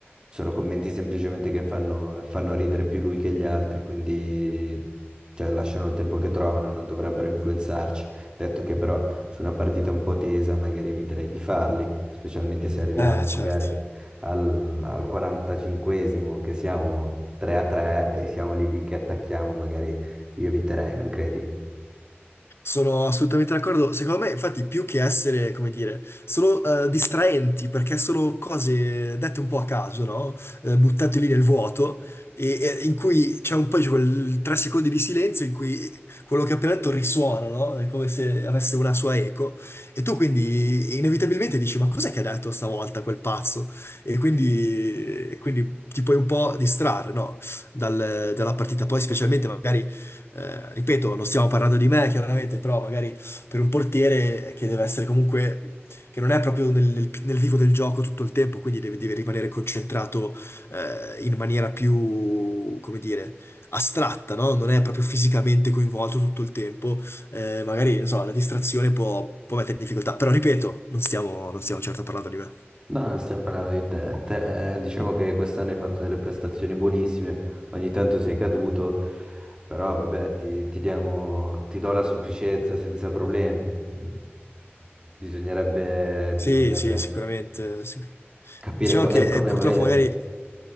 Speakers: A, on the right; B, on the left.
A: sono commenti semplicemente che fanno, fanno ridere più lui che gli altri, quindi cioè, lasciano il tempo che trovano, non dovrebbero influenzarci. Detto che però su una partita un po' tesa magari eviterei di farli specialmente se arriviamo
B: Eh,
A: magari
B: certo.
A: al, al 45esimo che siamo 3 a 3 e siamo lì lì che attacchiamo, magari io eviterei, non credi?
B: Sono assolutamente d'accordo. Secondo me, infatti, più che essere, come dire, sono eh, distraenti perché sono cose dette un po' a caso, no? Eh, buttate lì nel vuoto, e, e in cui c'è un po' di quel tre secondi di silenzio in cui quello che ho appena detto risuona, no? È come se avesse una sua eco. E tu quindi inevitabilmente dici: Ma cos'è che ha detto stavolta quel pazzo? E quindi, e quindi ti puoi un po' distrarre, no? dal- dalla partita. Poi, specialmente magari eh, ripeto, non stiamo parlando di me, chiaramente, però magari per un portiere che deve essere comunque, che non è proprio nel, nel- nel vivo del gioco tutto il tempo, quindi deve, deve rimanere concentrato eh, in maniera più, come dire, astratta, no? Non è proprio fisicamente coinvolto tutto il tempo, eh, magari, non so, la distrazione può, può mettere in difficoltà, però ripeto, non stiamo, non stiamo certo parlando di me.
A: No, non stiamo parlando di te. Te, eh, diciamo che quest'anno hai fatto delle prestazioni buonissime, ogni tanto sei caduto, però vabbè, ti, ti diamo, ti do la sufficienza senza problemi. Mm, Bisognerebbe,
B: Sì,
A: bisognerebbe
B: sì, sicuramente. sic-
A: capire
B: Diciamo
A: qual
B: che
A: è il problema
B: eh, purtroppo
A: vero,
B: magari